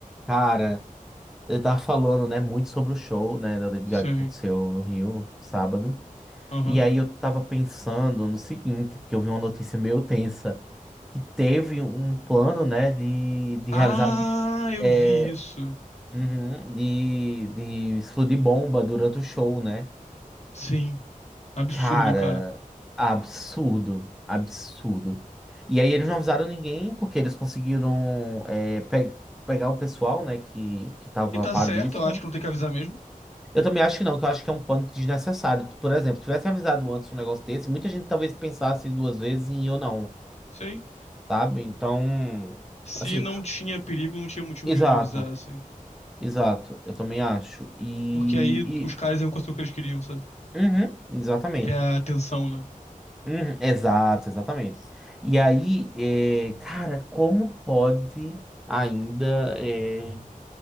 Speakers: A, in the centre; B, on the left (about 50°).
A: Cara, eu tava falando, né, muito sobre o show, né, da Lady
B: Sim.
A: Gaga que aconteceu no Rio, sábado.
B: Aham.
A: E aí eu tava pensando no seguinte, que eu vi uma notícia meio tensa, que teve um plano, né, de, de
B: Ah,
A: realizar,
B: eu
A: é,
B: vi isso.
A: uhum, de, de explodir bomba durante o show, né?
B: Sim. Absurdo,
A: Cara,
B: cara.
A: absurdo, absurdo. E aí eles não avisaram ninguém, porque eles conseguiram, é, pe- pegar o pessoal, né, que, que tava
B: E tá
A: a par
B: certo,
A: disso.
B: eu acho que não tem que avisar mesmo.
A: Eu também acho que não, que eu acho que é um pânico desnecessário. Por exemplo, tivesse avisado antes um negócio desse, muita gente talvez pensasse duas vezes em ir ou não,
B: sei
A: sabe? Então,
B: Se
A: assim,
B: não tinha perigo, não tinha motivo
A: exato,
B: nenhum pra avisar, assim.
A: exato, eu também acho. E,
B: Porque aí os
A: e-
B: caras iam conseguir o que eles queriam, sabe?
A: uhum, exatamente.
B: Que é a atenção, né?
A: Uhum, exato, exatamente. E aí, é, cara, como pode ainda. eh,